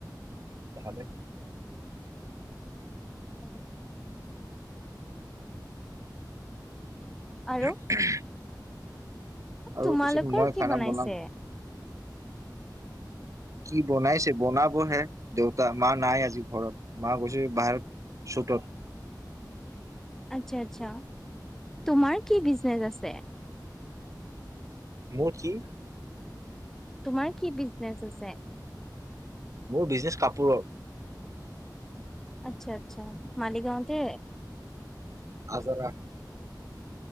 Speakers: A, on the right; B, in the centre.
A: তাললে
B: উ
A: <inaudible>
B: আৰু
A: আৰু
B: তোমালোকৰ
A: পিছত মই খানা
B: কি বনাইছে
A: বনাম। কি বনাইছে বনাব হে দেউতা মা নাই আজি ঘৰত মা গৈ বাহ চট
B: আচ্ছা আচ্ছা তোমাৰ কি বিজনেচ আছে
A: মোৰ কি
B: তোমাৰ কি বিজনেচ আছে
A: মোৰ বিজনেছ কাপোৰৰ
B: আচ্ছা আচ্ছা মালিগাঁওতে
A: আছাৰ